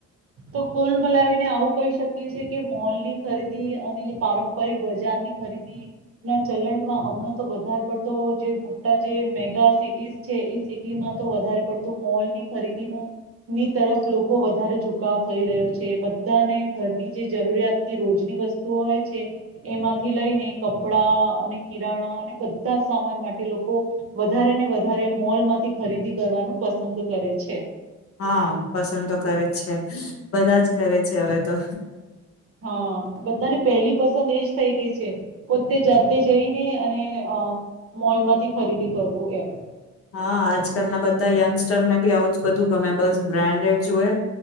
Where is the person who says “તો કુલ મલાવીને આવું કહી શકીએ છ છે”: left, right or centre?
Right